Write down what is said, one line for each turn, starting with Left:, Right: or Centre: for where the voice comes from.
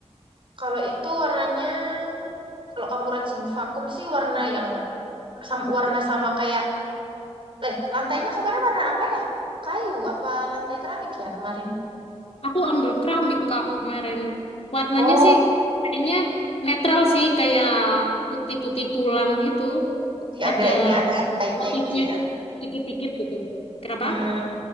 Right: Kalau itu warnanya kalau kamu rajin vakum sih warna yang sam- warna sama kayak eh lantainya kemarin warna apa ya? Kayu apa lantai keramik ya kemarin?
Left: aku ambil keramik kak kemarin warnanya
Right: Oh,
Left: sih kayaknya netral sih kayak putih-putih tulang gitu
Right: putih
Left: ada
Right: ada ini ada highlightnya
Left: eh, motifnya
Right: gitu ya.
Left: dikit-dikit gitu kenapa
Right: Hmm,